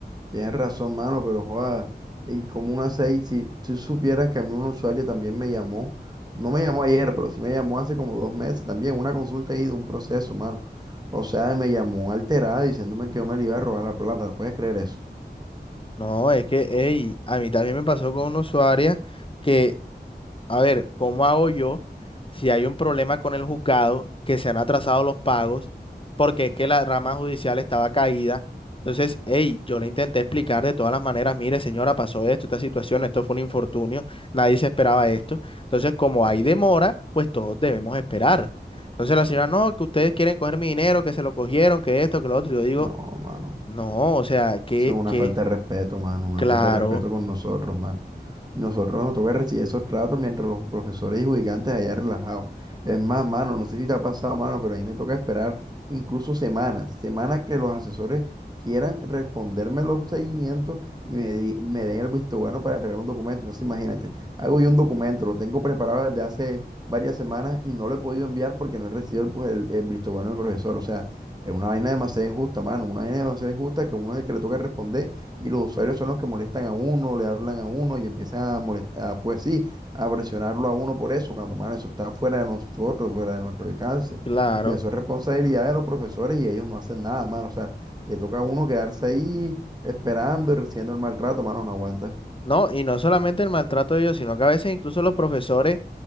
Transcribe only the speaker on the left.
No, es que, ey, a mí también me pasó con una usuaria que A ver, ¿cómo hago yo si hay un problema con el juzgado que se han atrasado los pagos porque es que la rama judicial estaba caída? Entonces, hey, yo le intenté explicar de todas las maneras, mire, señora, pasó esto, esta situación, esto fue un infortunio, nadie se esperaba esto. Entonces, como hay demora, pues todos debemos esperar. Entonces la señora, no, que ustedes quieren coger mi dinero, que se lo cogieron, que esto, que lo otro. Yo digo,
no, o sea, que,
que,
claro,
claro.
No, y no solamente el maltrato de ellos, sino que a veces incluso los profesores